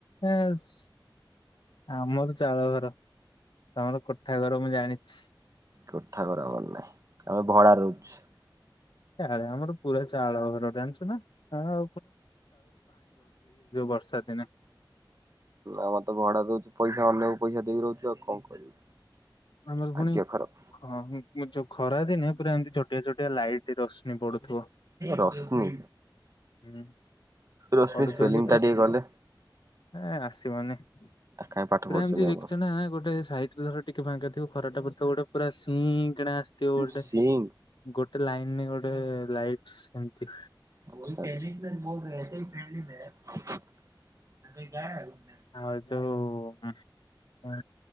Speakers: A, on the left; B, on the right.
A: ଏସ୍ ଆମର ଚାଳ ଘର ତମର କୋଠା ଘର ମୁଁ ଜାଣିଛି।
B: କୋଠା ଘର ଆମର ନାହିଁ। ଆମେ ଭଡାରେ ରହୁଛୁ।
A: କାଳେ ଆମର ପୁରା ଚାଳ ଘର ଜାଣିଛୁ ନା ଆ ବର୍ଷା ଦିନେ
B: ଆମେ ତ ଭଡା ଦଉଛୁ ପଇସା ଅନ୍ୟକୁ ପଇସା ଦେଇକି ରହୁଛୁ। କଣ କରିବୁ?
A: ଆମର
B: ଭାଗ୍ୟ
A: ପୁଣି
B: ଖରାପ।
A: ଖ ଏ ଯୋଉ ଖରା ଦିନେ ପୁରା ଏମିତି ଛୋଟିଆ ଛୋଟିଆ ଲାଇଟ ରଶ୍ମି ପଡୁଥିବ
B: ରଶ୍ମି
A: ହୁଁ।
B: ରଶ୍ମି
A: ପଢୁଛନ୍ତି
B: ସ୍ପେଲିଂ
A: ପୁରା
B: ଟା ଟିକେ କଲେ
A: ଏ ଆସିବନି ପୁରା
B: କାହିଁ ପାଠ ପଢୁଛନ୍ତି
A: ଏମତି ଦେଖିଛ
B: ଆପଣ।
A: ନା ଗୋଟେ ସାଇଟରେ ଧର ଟି ଫାଙ୍କାଥିବ ଖରାଟା ପଡୁଥିବ ଗୋଟେ ପୁରା ସି-ଇ-ଇ-ଇ କିନା ଆସିଥିବ ଗୋଟେ
B: ସିଂ
A: ଗୋଟେ ଲାଇନ ରେ ଗୋଟେ-ଏ-ଏ-ଏ ଲାଇଟ ସେମତି
B: ଆଚ୍ଛା <inaudible> <inaudible>
A: ଆଉ ଯୋଉ-ଉ-ଉ-ଉ